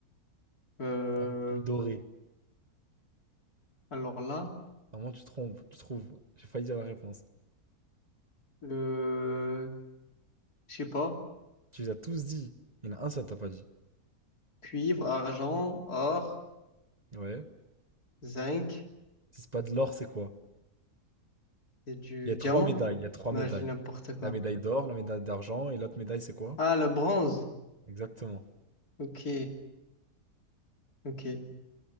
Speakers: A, on the left; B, on the right.
A: Euh,
B: un peu plus doré.
A: alors là,
B: Normalement, tu te trompes, tu trouves. J'ai failli dire la réponse.
A: le, je sais pas,
B: Tu les as tous dit. Il y en a un, ça t'a pas dit.
A: cuivre, argent, or,
B: Ouais.
A: zinc
B: Si c'est pas de l'or, c'est quoi?
A: et du
B: Il y a
A: diamant.
B: trois médailles. Il y a trois
A: Non,
B: médailles.
A: je dis n'importe quoi.
B: La médaille d'or, la médaille d'argent et l'autre médaille, c'est quoi?
A: Ah, le bronze.
B: Exactement.
A: Ok, ok.